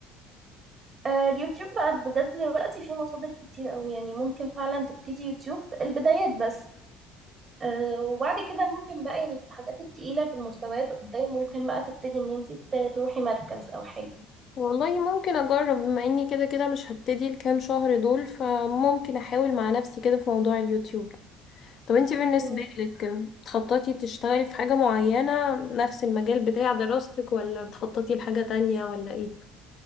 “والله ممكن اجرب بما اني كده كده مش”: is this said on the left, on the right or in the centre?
Left